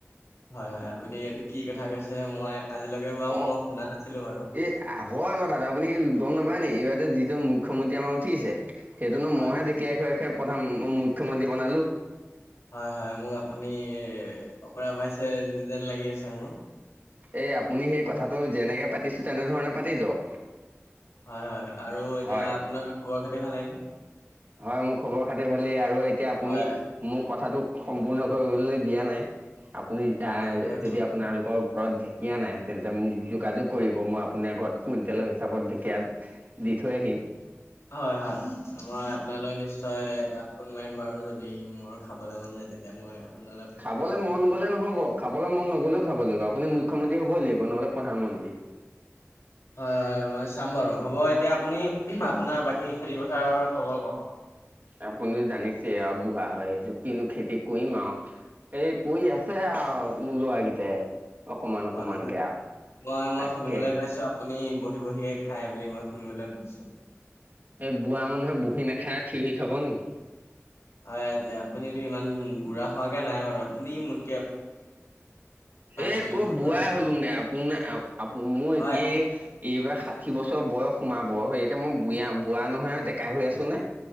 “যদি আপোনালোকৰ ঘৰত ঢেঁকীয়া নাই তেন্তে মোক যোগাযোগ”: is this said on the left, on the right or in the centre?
Right